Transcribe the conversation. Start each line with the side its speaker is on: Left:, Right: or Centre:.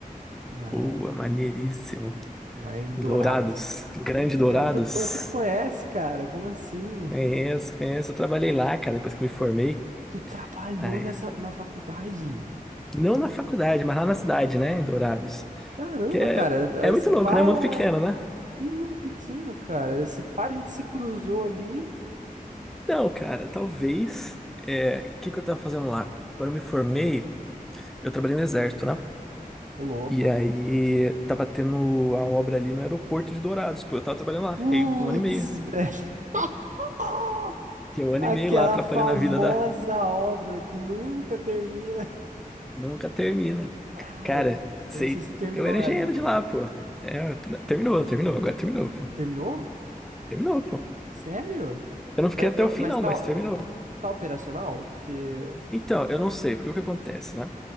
Right: na...
Centre: Pô, maneiríssimo.
Right: lá em
Centre: Dourados.
Right: Dourados.
Centre: Grande
Right: Ih,
Centre: Dourados.
Right: ah, tu, tu conhece, cara? Como assim?
Centre: Conheço, conheço. Eu trabalhei lá, cara, depois que me formei.
Right: Tu trabalhou
Centre: Ai.
Right: nessa, na faculdade?
Centre: Não na faculdade, mas lá na cidade, né? Em Dourados.
Right: Caramba,
Centre: Que é,
Right: cara,
Centre: é muito
Right: se
Centre: louco,
Right: pá,
Centre: né? Mundo pequeno, né?
Right: que mundo pequeno, cara. Se pá, a gente se cruzou ali.
Centre: Não, cara, talvez. É, o que que eu tava fazendo lá? Quando eu me formei, eu trabalhei no exército, né?
Right: Ô, louco.
Centre: E aí tava tendo a obra ali no aeroporto de Dourados. Pô, eu tava trabalhando lá,
Right: Putz,
Centre: fiquei um ano e meio.
Right: velho. <laughs>
Centre: Fiquei um ano
Right: Aquela
Centre: e meio lá, atrapalhando
Right: famosa
Centre: a vida da.
Right: obra que nunca termina.
Centre: Nunca termina.
Right: Cara,
Centre: Cara,
Right: eu,
Centre: sei.
Right: eu não sei se terminou
Centre: Eu era
Right: ainda.
Centre: engenheiro de lá, pô. É, terminou, terminou, agora terminou, pô.
Right: Terminou?
Centre: Terminou, pô.
Right: Sério?
Centre: Eu não fiquei
Right: Mas,
Centre: até
Right: eu-
Centre: o fim,
Right: mas
Centre: não,
Right: tá,
Centre: mas terminou.
Right: tá operacional? Porque.
Centre: Então, eu não sei, porque o que acontece, né?